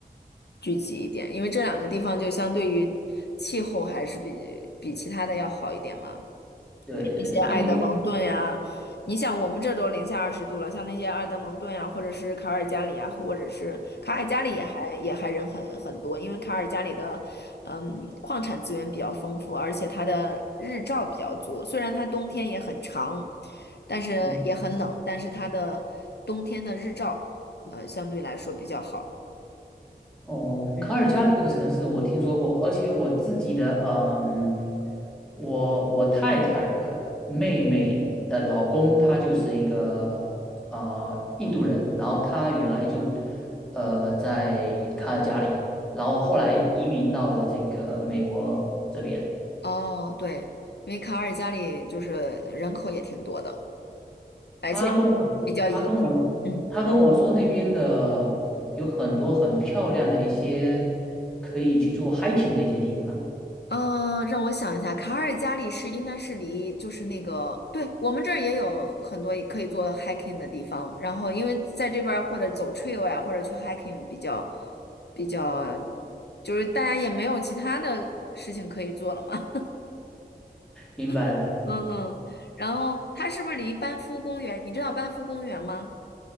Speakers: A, on the left; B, in the centre.
A: 聚集一点，因为这两个地方就相对于气候还是比比其他的要好一点嘛。
B: 对对对，
A: 一些埃德蒙顿呀、
B: 因为因为
A: 你想我们这儿都零下二十度了，像那些埃德蒙顿呀、或者是卡尔加里啊，或者是卡尔加里也还也还人很很多，因为卡尔加里的嗯矿产资源比较丰富，而且它的日照比较足，虽然它冬天也很长，但是也很冷，
B: 嗯，
A: 但是它的冬天的日照呃相对来说比较好，
B: 哦，
A: 嗯，
B: 卡尔加里这个城市我听说过，而且我自己的，嗯，我我太太的妹妹的老公，他就是一个呃印度人，然后他原来就呃在卡尔加里，然后后来移民到了这个美国这边。
A: 哦对，因为卡尔加里就是人口也挺多的，而且
B: 他跟我说，
A: 比较宜居，
B: 他跟我
A: 嗯。
B: 他跟我说那边的有很多很漂亮的一些可以去做 hiking 的一些地方，
A: 嗯，让我想一下，卡尔加里是应该是离就是那个，对，我们这儿也有很多可以做 hiking 的地方，然后因为在这边儿或者走 trail 呀，或者去 hiking 比较比较，就是大家也没有其他的事情可以做了嘛，
B: 明白了。
A: <laughs> 嗯嗯，然后它是不是离班夫公园？你知道班夫公园吗？